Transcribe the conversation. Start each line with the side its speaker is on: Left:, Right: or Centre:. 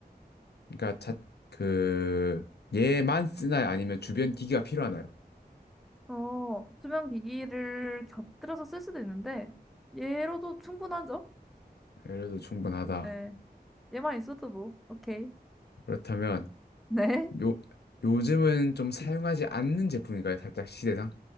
Left: 그니까, 자, 그, 얘만 쓰나요? 아니면 주변 기기가 필요하나요?
Centre: 어, 수면 기기를 곁들여서 쓸 수도 있는데, 얘로도 충분하죠?
Left: 그래도 충분하다.
Centre: 네. 얘만 있어도 뭐, 오케이. <laughs>
Left: 그렇다면,
Centre: 네.
Left: 요, 요즘은 좀 사용하지 않는 제품인가요? 살짝 시대상?